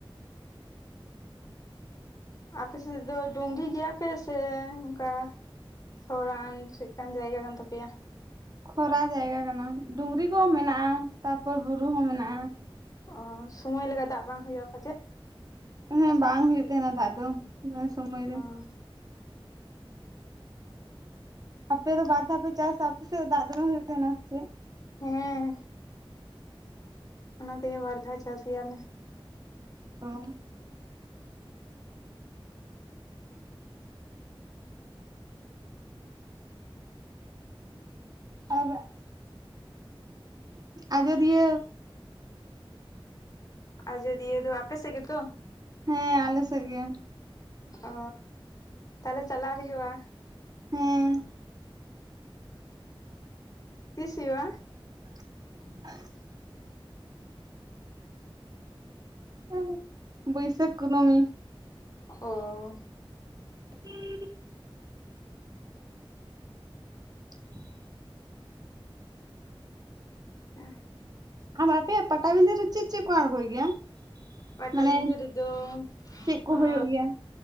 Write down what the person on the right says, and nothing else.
ᱠᱷᱚᱨᱟ ᱡᱟᱭᱜᱟ ᱠᱟᱱᱟ ᱰᱩᱝᱨᱤ ᱠᱚ ᱦᱚᱸ ᱢᱮᱱᱟᱜᱼᱟ ᱛᱟᱯᱚᱨ ᱵᱩᱨᱩ ᱦᱚᱸ ᱢᱮᱱᱟᱜᱼᱟ
ᱦᱮᱸ ᱵᱟᱝ ᱦᱩᱭᱩᱜ ᱛᱟᱦᱮᱸᱱᱟ ᱫᱟᱜ ᱫᱚ ᱚᱱᱟ ᱥᱚᱢᱚᱭ ᱨᱮ
ᱟᱯᱮ ᱫᱚ ᱵᱟᱨ ᱫᱷᱟᱣ ᱯᱮ ᱪᱟᱥᱟ ᱟᱯᱮ ᱥᱮᱫ ᱫᱟᱜ ᱡᱚᱢᱮ ᱦᱩᱭᱩᱜ ᱛᱟᱦᱮᱸᱱᱟ ᱥᱮ ᱪᱮᱫ
ᱚ ᱟᱨ ᱟᱡᱚᱫᱤᱭᱟᱹ
ᱦᱮᱸ ᱟᱞᱮ ᱥᱮᱫ ᱜᱮ
ᱦᱩᱸ
<inaudible> <unintelligible> ᱵᱟᱹᱭᱥᱟᱹᱠᱷ ᱠᱩᱱᱟᱹᱢᱤ
ᱦᱮᱸ <unintelligible> <unintelligible>
ᱟ ᱟᱯᱮᱭᱟᱜ ᱯᱟᱴᱟᱵᱤᱸᱫᱷᱟᱹ ᱨᱮ ᱪᱮᱫ ᱪᱮᱫ ᱠᱚ ᱟᱬᱜᱚᱭ ᱜᱮᱭᱟ?
ᱢᱟᱱᱮ,
ᱪᱮᱫ ᱠᱚ ᱦᱩᱭᱩᱜ ᱜᱮᱭᱟ